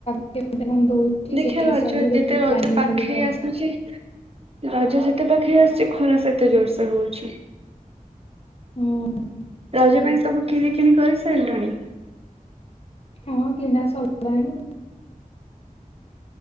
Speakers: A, on the left; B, on the right.
A: <inaudible> ଦଉଛି
B: ଦେଖିଆ
A: ସେଇ
B: ରଜ
A: ହିସାବରେ ଦେଖିକି
B: ଯେତେ ରଜ
A: ପ୍ଲାନିଂ
B: ପାଖେଇ
A: କରିବା ଆଉ।
B: ଆସୁଛି ରଜ ଯେତ। ଏତେ ପାଖେଇ ଆସିଛି ଖରା ସେ ଏତେ ଜୋରସେ ହଉଛି।
A: ହଁ।
B: ରଜ ପାଇଁ ସବୁ କିଣି କିଣିି କରି ସାରିଲୁଣି।
A: ହଁ କିନା ସରିଲାନି।